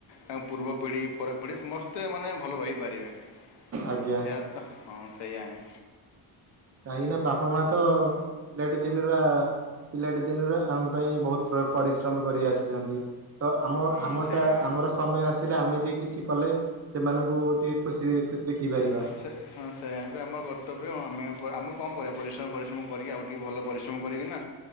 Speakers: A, on the left; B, on the right.
A: ତାଙ୍କ ପୂର୍ବ ପିଢି, ପର ପିଢି ସମସ୍ତେ ମାନେ ଭଲ ରହିପାରିବେ।
B: ଆଜ୍ଞା।
A: ସେୟା ହଁ ସେଇୟା ହିଁ।
B: କାହିଁକି ନା ବାପା ମା ତ ଦେଢ ଦିନରୁ ଆ ପିଲାଟି ଦିନରୁ ଆମ ପାଇଁ ବହୁତ ପରିଶ୍ରମ କରି ଆସିଛନ୍ତି। ତ ଆମ
A: ହୁଁ
B: ଆମଟା
A: ସେଇଆ ହିଁ
B: ଆମର ସମୟ ଆସିଲେ ଆମେ ବି କିଛି କଲେ। ସେମାନଙ୍କୁ ଟିକେ ଖୁସିରେ ଖୁସି ଦେଖି ପାରିବା।
A: ହଁ ସେ ହଁ, ସେଇ ବି ଆମର କର୍ତ୍ତବ୍ୟ ଆମେ ଆମେ କଣ କରିବା? ପରିଶ୍ରମ ପରିଶ୍ରମ କରିକି ଆଉ ଟିକେ ଭଲ ପରିଶ୍ରମ କରିକିନା